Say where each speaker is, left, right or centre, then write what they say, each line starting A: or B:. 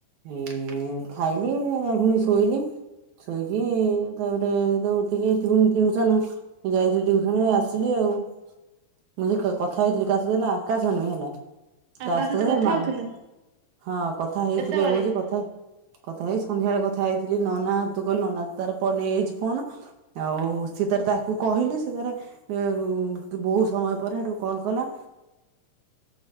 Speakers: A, on the right; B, on the right.
A: ଏ ଖାଇଲି ତା ପୁଣି ଶୋଇଲି। ସୋଇକି ତାପରେ ଦଉ ଟିୟୁସନ ଯାଇଥିଲି ଟ୍ୟୁସନ ଏ ଆସିଲି ଆଉ। ମୁଁ ସେ କଥା ହେଇଥିଲି କା ସହିତ ନା ଆକାଶ ନୁହେ ହେଲା। ତା
B: କାହା
A: ସହିତ
B: କଥା
A: ମା
B: ହଉଥିଲୁ
A: ହଁ କଥା ହେଇଥିଲୀ
B: ସେତେବେଳେ
A: ପା କହୁଛି କଥା କଥା ହେଇ ସନ୍ଧ୍ୟାଳେ କଥା ହେଇଥିଲି ନନା ତୁ କହିଲ ନନା ତାର ନେଇଯାଇଛି ଫୋନ୍। ଆଉ ସିଏ ତାର ତାକୁ କହିଲି ସେ ତାରେ ବହୁତ ସମୟ ପରେ ହେଟୁ କଲ୍ କଲା।